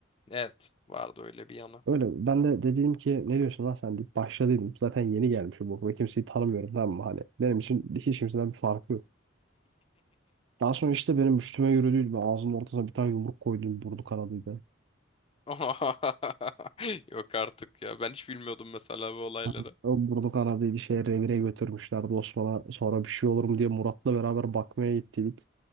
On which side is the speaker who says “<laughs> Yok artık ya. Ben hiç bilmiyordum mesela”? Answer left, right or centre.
Left